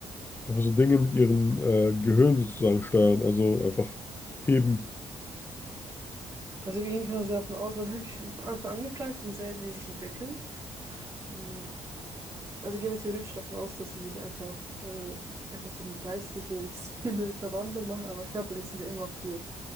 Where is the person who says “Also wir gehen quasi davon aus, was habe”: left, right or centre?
Right